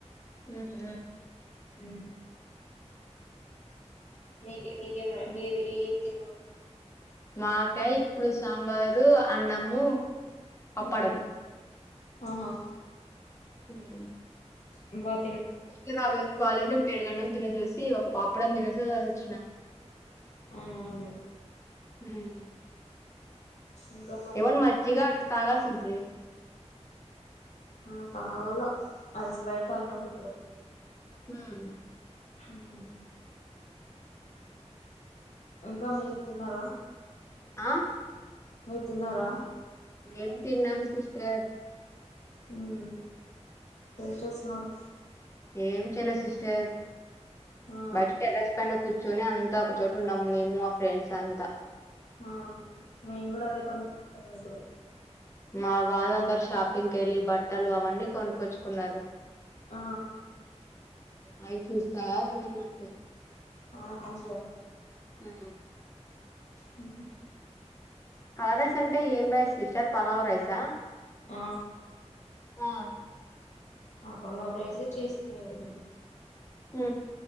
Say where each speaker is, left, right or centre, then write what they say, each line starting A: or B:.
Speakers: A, on the left; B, on the left.
A: ఉహ్
B: హ్ మీ మీకే మీరు ఏం తిన్నరూ
A: మాకా ఇప్పుడు సాంబారు అన్నము పప్పడం
B: హ్ ఆహా
A: స
B: వ
A: కిరక్ పాలన్నం పెరుగన్నం తినేసి వచ్చి ఒక పాపడం తినేసిసి వోచ్చిన
B: అవును అవును
A: హ్
B: ఇంకా మరి
A: ఏవన్ మజ్జగా అట్లా తాగాల్సింటీ
B: ఆ తాగాల ఐ స్ ఫ్రైడ్ తగినము ఇప్పుడు
A: హ్
B: హ్ ఇంకా మీరూ తీన్నారా
A: ఆ
B: మీరు తిన్నారా
A: ఏం తిన్నం సిస్టర్
B: హ్ ఏం చేస్తున్నారు
A: ఏం చేయాల సిస్టర్
B: ఆ
A: బయట టెర్రస్ పైన్ కూర్చొని అంతా ఒక చోట ఉన్నాం. మేము మా ఫ్రెండ్స్ అంతా
B: ఆ మేము కూడా అదే పని కూడా
A: మా వాళ్ళందరు షాపింగ్కి వెళ్ళి బట్టలు అవన్నీ కొనుక్కొచ్చుకున్నారు
B: ఆ
A: అయి చేస్త ఉన్నం అంతే
B: ఆహా అవున్లె
A: ఉ
B: అ
A: కల రైస్ అంటే ఏం రైస్ సిస్టర్ పలావ రైసా
B: ఆ
A: ఆ
B: అ పలావ్ రైసే చేసింది మేము
A: హు